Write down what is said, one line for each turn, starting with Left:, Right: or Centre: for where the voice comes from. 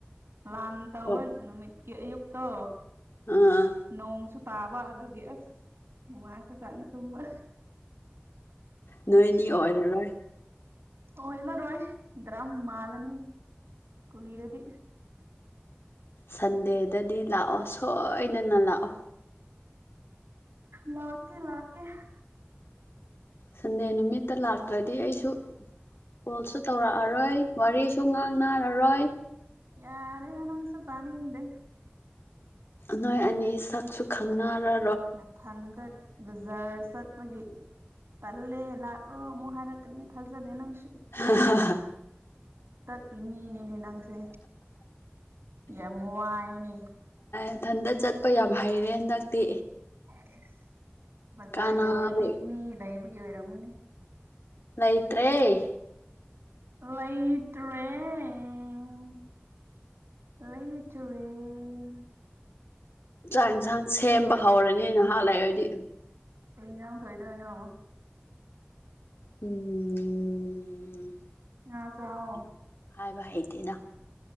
Right: ꯂꯥꯟ ꯇꯧꯕ
Left: ꯑꯣ
Right: ꯅꯨꯃꯤꯠꯀꯤ ꯑꯌꯨꯛꯇꯣ
Left: ꯑꯥ
Right: ꯅꯣꯡꯁꯨ ꯇꯥꯕ ꯑꯗꯨꯒꯤ ꯑꯁ ꯅꯨꯡꯉꯥꯏ ꯈ꯭ꯔꯥ ꯖꯥꯠꯅꯤ ꯇꯨꯝꯕ
Left: ꯅꯣꯏꯅꯤ ꯑꯣꯏꯔꯔꯣꯏ
Right: ꯑꯣꯏ ꯔꯔꯣꯏ ꯗ꯭ꯔꯝ ꯃꯥꯂꯅꯤ ꯀꯨꯏꯔꯗꯤ
Left: ꯁꯟꯗꯦꯗꯗꯤ ꯂꯥꯛꯑꯣ ꯁꯣꯏꯗꯅ ꯂꯥꯛꯑꯣ
Right: ꯂꯥꯛꯀꯦ ꯂꯥꯛꯀꯦ
Left: ꯁꯟꯗꯦ ꯅꯨꯃꯤꯠꯇ ꯂꯥꯛꯇ꯭ꯔꯗꯤ ꯑꯩꯁꯨ ꯀꯣꯜꯁꯨ ꯇꯧꯔꯛꯑꯔꯣꯏ ꯋꯥꯔꯤꯁꯨ ꯉꯥꯡ ꯅꯔꯥꯔꯣꯏ
Right: ꯌꯔꯦꯗꯥ ꯅꯪꯁꯨ ꯇꯅꯤꯡꯗꯦ
Left: ꯅꯣꯏ ꯑꯅꯤ ꯁꯛꯁꯨ ꯈꯪꯅꯔꯥ
Right: ꯅꯊꯟꯗ ꯕꯖꯥ꯭ꯔ ꯆꯠꯄꯒꯤ ꯇꯜꯂ‌ꯦ ꯂꯥꯛꯑꯣ ꯃꯨꯛ ꯍꯥꯔꯛꯀꯅꯤ ꯊꯖꯗꯦ ꯅꯪꯁ‌ꯦ
Left: ꯍꯥ ꯍꯥ ꯍꯥ
Right: ꯄꯤꯃꯤꯅꯦꯅꯦ ꯅꯪꯁꯦ ꯌꯥꯝ ꯋꯥꯏꯅꯦ
Left: ꯏꯊꯟꯇ ꯆꯠꯄ ꯌꯥꯝ ꯍꯩꯔꯦ ꯍꯟꯗꯛꯇꯤ
Right: ꯑꯦꯁ ꯕꯖꯥ꯭ꯔ
Left: ꯀꯅꯥꯕꯨ
Right: ꯌꯧꯔꯗꯤ ꯃꯤ ꯂꯩꯕꯒꯤ ꯑꯣꯏꯔꯝ ꯒꯅꯤ
Left: ꯂꯩꯇ꯭ꯔ‌ꯦ
Right: ꯂꯩꯇ꯭ꯔꯦ ꯂꯩꯇꯥꯔꯦ
Left: ꯆꯥꯛ ꯌꯦꯟꯁꯥꯡ ꯁꯦꯝꯕ ꯍꯧꯔꯅꯤ ꯅꯍꯥꯛ ꯂꯩꯔꯗꯤ
Right: ꯀꯩ ꯏꯟꯁꯥꯡ ꯊꯣꯡꯗꯣꯏꯅꯣ
Left: ꯎꯝ
Right: ꯉꯥ ꯆꯥꯎ
Left: ꯀꯩꯅꯣ
Right: ꯑꯣ
Left: ꯍꯥꯏꯕ ꯍꯩꯇꯦꯅ